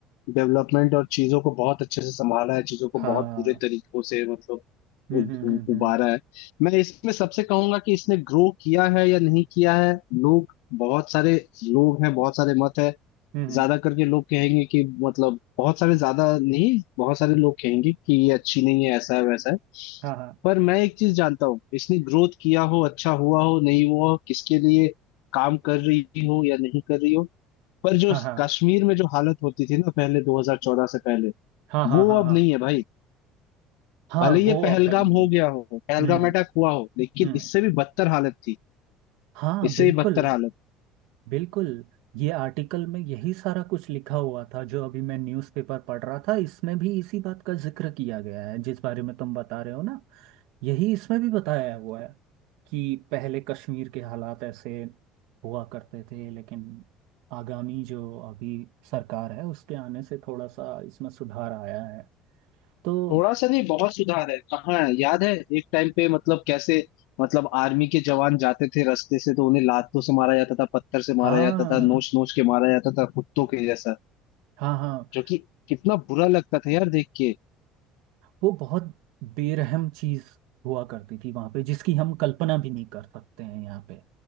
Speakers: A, on the left; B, on the right.
A: डेवलपमेंट और चीजों को बहुत अच्छे से संभाला है चीजों को
B: हाँ
A: बहुत बुरे तरीकों से मतलब
B: हम्म
A: उ,
B: हम्म
A: उ,
B: हम्म हम्म
A: उबारा है मैं इसमें सबसे कहूंगा कि इसने ग्रो किया है या नहीं किया है लोग बहुत सारे लोग हैं बहुत सारे मत है
B: हम्म, हम्म।
A: ज्यादा करके लोग कहेंगे कि मतलब बहुत सारे ज्यादा नहीं बहुत सारे लोग कहेंगे कि ये अच्छी नहीं है ऐसा है वैसा है
B: हाँ हाँ
A: पर मैं एक चीज जानता हूँ इसने ग्रोथ किया हो अच्छा हुआ हो नहीं हुआ हो किसके लिए काम कर रही हो या नहीं कर रही हो पर जो
B: हाँ हाँ
A: कश्मीर में जो हालत होती थी ना पहले 2014 से पहले
B: हाँ हाँ
A: वो
B: हाँ
A: अब
B: हाँ
A: नहीं है भाई
B: हाँ,
A: भले ये
B: वो
A: पहलगाम
B: अव्वल नहीं
A: हो
B: है
A: गया हो पहलगाम
B: हम्म
A: अटैक हुआ हो लेकिन
B: हम्म
A: इससे भी बदतर हालत थी
B: हाँ
A: इससे
B: बिल्कुल
A: भी बदतर हालत
B: बिल्कुल ये आर्टिकल में यही सारा कुछ लिखा हुआ था जो अभी मैं न्यूज़पेपर पढ़ रहा था इसमें भी इसी बात का जिक्र किया गया है जिस बारे में तुम बता रहे हो ना यही इसमें भी बताया हुआ है कि पहले कश्मीर के हालात ऐसे हुआ करते थे लेकिन आगामी जो अभी सरकार है उसके आने से थोड़ा सा इसमें सुधार आया है तो
A: थोड़ा सा नहीं बहुत सुधार है कहाँ है? याद है एक टाइम पे मतलब कैसे मतलब आर्मी के जवान जाते थे रास्ते से तो उन्हें लातों से मारा जाता था पत्थर से
B: हाँ
A: मारा जाता था नोच नोच के मारा जाता था कुत्तों के जैसा
B: हाँ हाँ
A: जो कि कितना बुरा लगता था यार देख के
B: वो बहुत बेरहम चीज हुआ करती थी वहां पे जिसकी हम कल्पना भी नहीं कर सकते हैं यहाँ पे